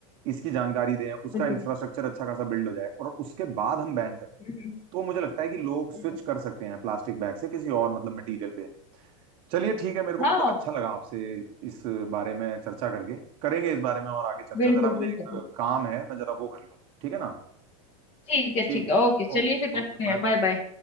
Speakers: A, on the right; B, on the left.
A: इसकी जानकारी दें उसका
B: बिल्कुल
A: इंफ्रास्ट्रक्चर अच्छा खासा बिल्ड हो जाए और उसके बाद हम बैन करें
B: हम्म,
A: तो मुझे लगता है कि लोग स्विच
B: बिल्कुल
A: कर सकते हैं प्लास्टिक बैग से किसी और मतलब मटेरियल पे चलिए ठीक है मेरे को
B: हाँ
A: मतलब अच्छा लगा आपसे इस बारे में चर्चा करके करेंगे इस बारे में और आगे चर्चा
B: बिल्कुल
A: जरा मुझे
B: बिल्कुल
A: एक काम है मैं जरा वो कर लूँ ठीक है ना
B: ठीक है
A: ठीक
B: ठीक
A: है
B: है ओके चलिए
A: Okay
B: फिर रखते
A: okay
B: हैं
A: bye
B: बाय
A: bye
B: बाय